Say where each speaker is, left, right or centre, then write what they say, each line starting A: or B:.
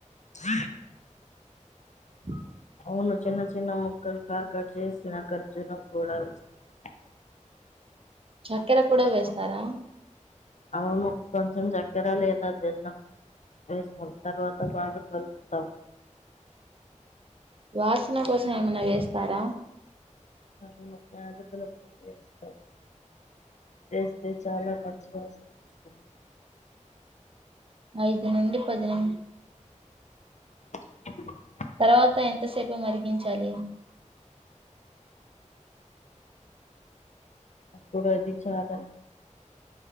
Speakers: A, on the left; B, on the right.
A: జ
B: <inaudible>
A: అవును చిన్న చిన్న మొక్కలు కా కట్ చేసిన ఖర్జూరం కూడా వేస్తా
B: చక్కెర కూడా వేస్తారా
A: అవును కొంచెం చక్కెర లేదా బిల్లం వేస్తాం తర్వాత బాగా కలుపుతాం
B: వాసన కోసం ఏమైనా వేస్తారా
A: అవును ఏలకుల పొడి వేస్తాం వేస్తే చాలా మంచి వాసన వస్తుంది
B: ఐదు నుండి పదినిమి
A: <inaudible>
B: తర్వాత ఎంతసేపు మరిగించాలి <unintelligible>
A: అప్పుడు అది చాలా